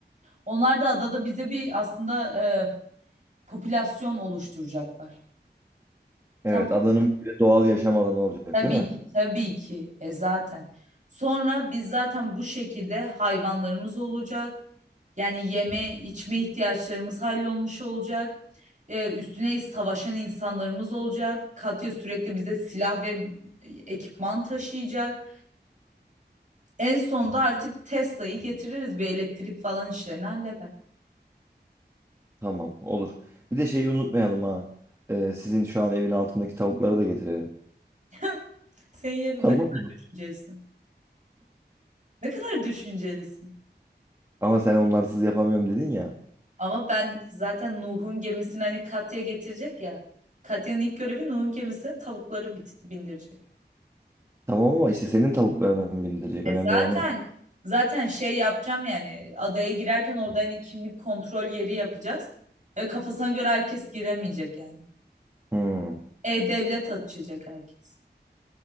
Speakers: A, on the right; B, on the right.
A: Onlar da adada bize bir aslında e, popülasyon oluşturacaklar.
B: Evet
A: Tamam
B: adanın bir de doğal yaşam alanı olacak
A: Tabii
B: değil mi?
A: ki, tabii ki. E zaten. Sonra biz zaten bu şekilde hayvanlarımız olacak. Yani yeme, içme ihtiyaçlarımız hallolmuş olacak. E, üstüne savaşan insanlarımız olacak. Katya sürekli bize silah ve ekipman taşıyacak. En sonunda artık Tesla'yı getiririz. Bir elektrik falan işlerini halleder.
B: Tamam olur. Bir de şeyi unutmayalım ha. Ee, sizin şu an evin altındaki tavukları da getirelim.
A: <laughs> Senin yerim
B: Tamam.
A: ne kadar düşüncelisin. Ne kadar düşüncelisin.
B: Ama sen onlarsız yapamıyorum dedin ya.
A: Ama ben zaten Nuh'un gemisini hani Katya getirecek ya. Katya'nın ilk görevi Nuh'un gemisine tavukları bit- bindirecek.
B: Tamam ama işte senin tavuklarını bindirecek.
A: E
B: Önemli
A: zaten
B: olan o.
A: zaten şey yapacağım yani adaya girerken orada hani kimlik kontrol yeri yapacağız. E kafasına göre herkes giremeyecek yani.
B: Hmm.
A: E-devlet açacak herkes.